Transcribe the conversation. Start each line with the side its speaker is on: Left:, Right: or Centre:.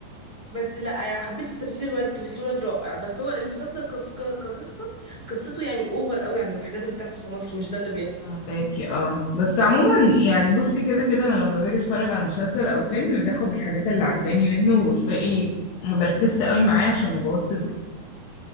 Right: بس لا أنا حبيت تمثيل الواد تمثيل الواد رائع بس هو المسلسل كس- ك- كقصة قصته يعني أوفر قوي عن الحاجات اللي بتحصل في مصر مش ده اللي بيحصل
Left: فهماكي اه بس عموما يعني بصي كده كده انا لما باجي اتفرج على مسلسل او فيلم باخد الحاجات اللي عجباني منه والباقي ما بركزش قوي معاه عشان ما بوظش